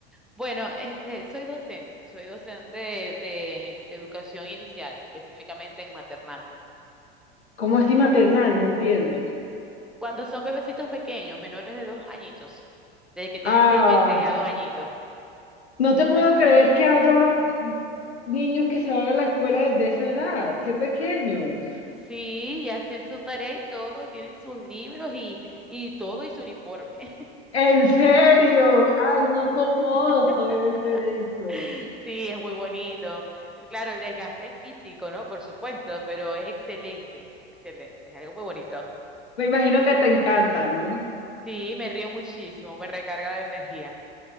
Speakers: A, in the centre; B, on the left.
A: Bueno, este, soy docente, soy docente de, de- educación inicial, específicamente en maternal.
B: ¿Cómo así maternal? No entiendo.
A: Cuando son bebecitos pequeños, menores de dos añitos, desde que tienen
B: Ah,
A: seis meses a dos añitos.
B: no te puedo creer que haya niños que se van a la escuela desde esa edad. ¡Qué pequeños!
A: Sí, y hacen su tarea y todo, y tienen sus libros y, y todo y su uniforme.
B: ¿En serio? Ay, no, qué hermoso
A: <laughs>
B: debe ser eso.
A: Sí, es muy bonito. Eh, Claro, el desgaste es físico, ¿no? Por supuesto, pero es excelente, excelente, es algo muy bonito.
B: Me
A: ¿Mm?
B: imagino que te encanta, ¿no?
A: Sí, me río muchísimo, me recarga de energía.